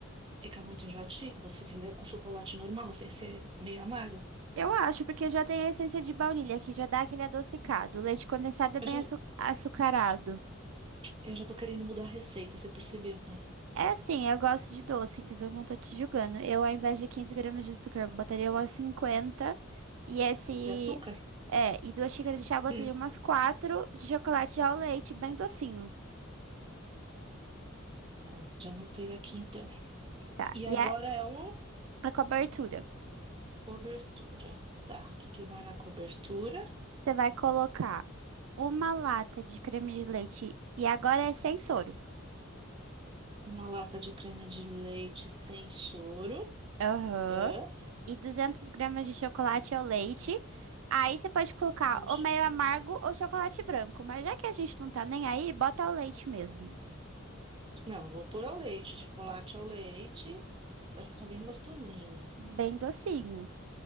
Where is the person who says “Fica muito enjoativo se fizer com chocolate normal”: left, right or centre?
Right